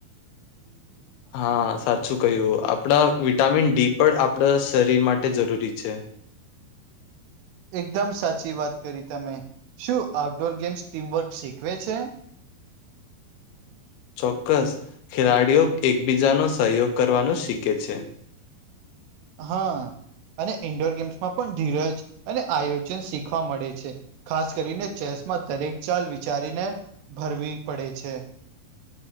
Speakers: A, on the left (about 80°); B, on the right (about 80°).
A: <inaudible> હા સાચું કહ્યું આપણા વિટામિન ડી પણ આપણા શરીર માટે જરૂરી છે.
B: એકદમ સાચી વાત કરી તમે. શું આઉટડોર ગેમ્સ ટીમવર્ક શીખવે છે?
A: ચોક્કસ. ખેલાડીઓ એકબીજાનો સહયોગ કરવાનું શીખે છે.
B: હા અને ઇન્ડોર ગેમ્સમાં પણ ધીરજ અને આયોજન શીખવા મળે છે. ખાસ કરીને ચેસમાં દરેક ચાલ વિચારીને ભરવી પડે છે.